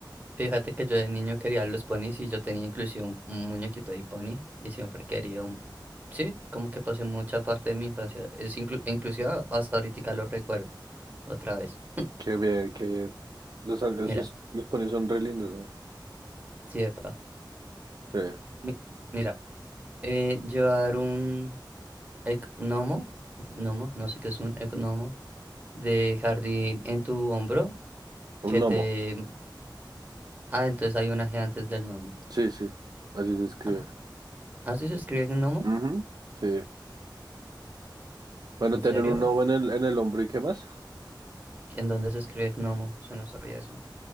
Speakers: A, on the right; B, on the right.
A: Fíjate que yo de niño quería los ponis y yo tenía inclusive un, un muñequito de pony y siempre quería un... Sí, como que pasé mucha parte de mi infancia. Es inclu- inclusive hasta ahorita lo recuerdo. Otra vez. <laughs>
B: Qué bien, qué bien. Los, esos,
A: Mira,
B: los ponis son re lindos, weón.
A: sí, epa.
B: Sí.
A: Mi- Mira, eh, llevar un gnomo, gnomo, no sé qué es un gnomo, de jardín en tu hombro,
B: Un
A: que
B: gnomo.
A: te... mm, Ah, entonces hay un G antes del gnomo.
B: Sí, sí. Así se escribe.
A: Ah, ¿así se escribe gnomo?
B: Ujú, Sí. Bueno,
A: ¿En
B: tener
A: serio?
B: un gnomo en el, en el hombro y qué más.
A: ¿En dónde se escribe gnomo? Yo no sabía eso.